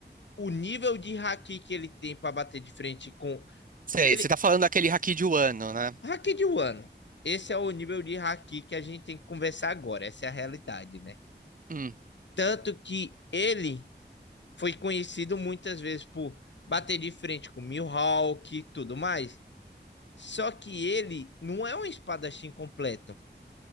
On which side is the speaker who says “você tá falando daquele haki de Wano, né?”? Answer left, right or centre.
Right